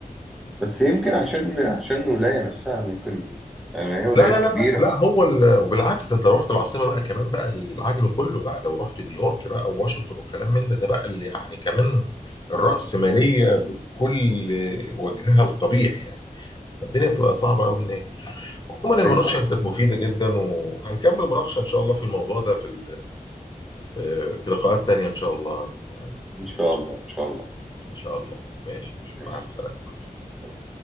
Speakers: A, in the centre; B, on the left.
A: بس يمكن عشان عشان الولاية نفسها ممكن لان هي ولايات
B: لا لا لا لا
A: كبيرة
B: لا، هو ال... وبالعكس ده انت لو رحت العاصمة بقى كمان بقى العجل كله بقى لو رحت نيويورك بقى وواشنطن والكلام من ده ده بقى اللي يعني كمان الرأسمالية بكل وجهها القبيح يعني الدنيا بتبقى صعبة قوي هناك عموما
A: ايوه
B: المناقشة
A: ايوه
B: كانت مفيدة جدا وهنكمل مناقشة إن شاء الله في الموضوع ده في ال- آه، في لقاءات تانية إن شاء الله يعني
A: ان
B: بإذن
A: شاء الله
B: الله
A: ان شاء الله
B: إن شاء الله ماشي
A: ماشي
B: مع السلامة
A: سلام.